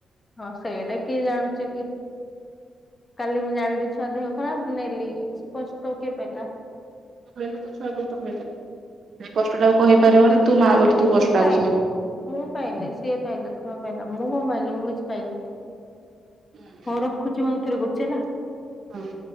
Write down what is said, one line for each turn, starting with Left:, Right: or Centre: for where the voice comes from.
Left: ହଁ ସେଇଟା କି ଜାଣୁଚି କି। କାଲି ମୁଁ ଜାଣିଲି ଛୁଆ ଦେହ ଖରାପ ନେଲି କଷ୍ଟ କିଏ ପାଇଲା।
Right: କୁହନୁ ତୋ ଛୁଆ କଷ୍ଟ ପାଇଲା ସେ କଷ୍ଟ ଟା କହିପାରିବନି ତୁ ମା ବୋଲି। ତୁ କଷ୍ଟଟାକୁ
Left: ମୁଁ ପାଇନି ମୁଁ ପାଇନି ସିଏ ପାଇଲା ଛୁଆ ପାଇଲା ମୁଁ କଣ ପାଇଲି ମୁଁ କିଛି ପାଇନି।
Right: ସହିବୁ।
Left: ହଁ ରଖୁଛି ମୁଁ ଆଉ ଥରେ କରୁଚି ହେଲା।
Right: ହଉ।